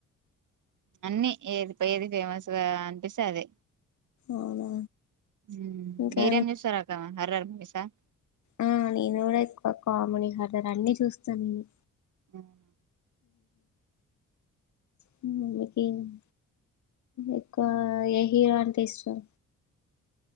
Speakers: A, on the right (about 70°); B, on the left (about 65°).
A: అన్నీ ఏది ఏది ఫేమస్గా అనిపిస్తే అది.
B: అవునా
A: ఉమ్
B: ఇంకా
A: మీరేం చస్తారాక్క హారర్ మూవీస్ ఆహ్.
B: ఆహ్ నేను కూడా ఎక్కువ కామెడీ హారర్ అన్ని చూస్తా నేను.
A: ఉమ్
B: ఉమ్ <unintelligible> ఎక్కువ ఏ హీరో అంటే ఇష్టం.